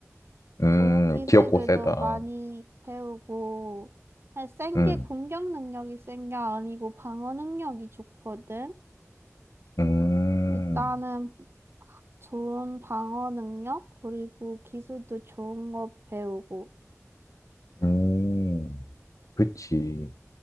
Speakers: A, on the left; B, on the right.
A: 음,
B: 좋은 기술들도
A: 귀엽고 세다.
B: 많이 배우고. 아니, 센
A: 음,
B: 게 공격 능력이 센 게 아니고 방어 능력이 좋거든.
A: 음,
B: 일단은 좋은 방어 능력, 그리고 기술도 좋은 거 배우고.
A: 음, 그치.